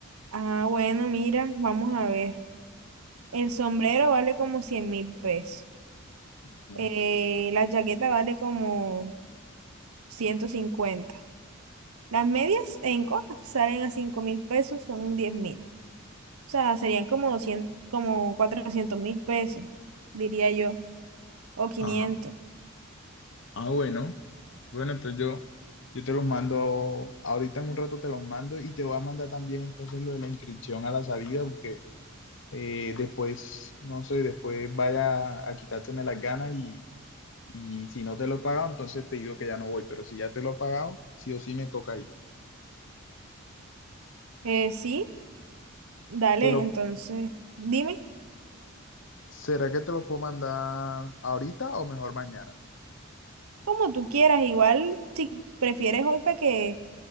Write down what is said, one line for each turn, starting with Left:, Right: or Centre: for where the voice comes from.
Right: Ah, bueno, mira, vamos a ver. El sombrero vale como cien mil pesos.
Left: Ujú.
Right: Eh, la chaqueta vale como ciento cincuenta, Las medias en cosas salen a cinco mil pesos, son diez mil. O sea, serían como 200, como cuatrocientos mil pesos, diría yo, o 500.
Left: Ah, ah, bueno. Bueno, entonces yo, yo te los mando, ahorita en un rato te los mando y te voy a mandar también entonces lo de la inscripción a la salida, porque eh, después, no sé, después vaya a quitárteme las ganas y, y si no te lo he pagado, entonces te digo que ya no voy, pero si ya te lo he pagado, sí o sí me toca ir.
Right: Eh, sí, dale,
Left: Te lo,
Right: entonces, dime
Left: ¿será que te lo puedo mandar ahorita o mejor mañana?
Right: como tú quieras, igual si prefieres hoy para que,